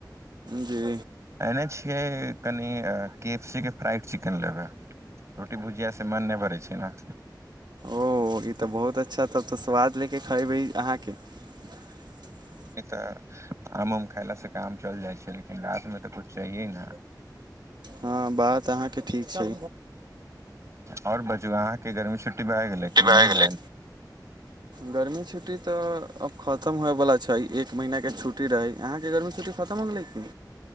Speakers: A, on the right; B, on the right.
A: जी
B: एने छियै कन के एफ सी के फ्राइड चिकेन लेबय रोटी भुजिया से मन नहि भरै छै ने
A: ओ ई तऽ बहुत अच्छा तब तऽ स्वाद लेके खयबै अहाँके <inaudible>
B: ई तऽ आम उम खयलासँ काम चलि जाइ छै लेकिन रातिमे तऽ कछु चाहिये ने
A: हँ बात अहाँके ठीक छै
B: आओर बाजू अहाँके गर्मी छुट्टी भए गेलै कि
A: भए
B: नहि
A: गेलै
B: भएल
A: गर्मी छुट्टी तऽ अब खतम होएवला छै एक महिना के छुट्टी रहै अहाँके गर्मी छुट्टी खतम हो गेलै की